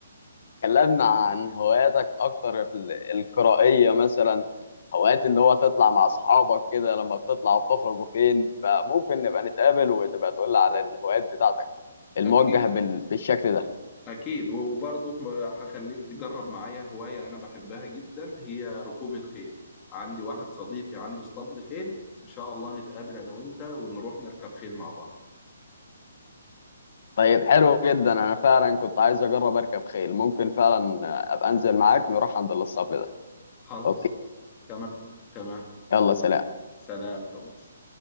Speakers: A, on the left; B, on the left.
A: تكلمنا عن هواياتك اكتر ال- القرائيه مثلا هوايات اللي هو تطلع مع اصحابك كده لما بتطلع بتخرجوا فين فممكن نبقى نتقابل وتبقى تقول لي على الهوايات بتاعتك الموجهه
B: اكيد
A: بال- بالشكل ده
B: أكيد وبرضه هخليك تجرب معايا هواية أنا بحبها جدا هي ركوب الخيل عندي واحد صديقي عنده اسطبل خيل إن شاء الله نتقابل أنا وأنت ونروح نركب خيل مع بعض
A: طيب حلو جدا انا فعلا كنت عايز اجرب اركب خيل ممكن فعلا ابقى انزل معاك نروح عند الاسطبل ده
B: خلاص
A: اوكي
B: تمام تمام
A: يلا سلام
B: سلام تومس